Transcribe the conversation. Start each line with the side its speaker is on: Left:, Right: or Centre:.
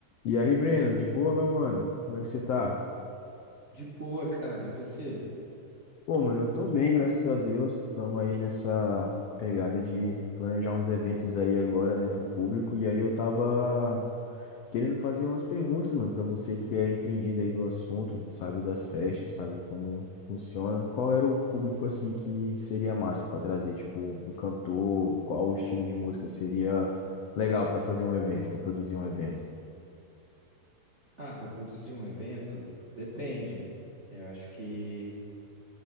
Left: E aí, Breno, de boa, meu mano? Como é que você tá?
Right: De boa, cara. E você?
Left: Pô, mano, eu tô bem, graças a Deus. Tamo aí nessa pegada de planejar uns eventos aí agora, né, pro público. E aí eu tava querendo fazer umas perguntas, mano, pra você que é entendido aí do assunto, sabe das festas, sabe como funciona. Qual era o público, assim, que seria massa pra trazer? Tipo, um cantor? Qual o estilo de música seria legal pra fazer um evento, pra produzir um evento?
Right: Ah, para produzir um evento, depende. Eu acho que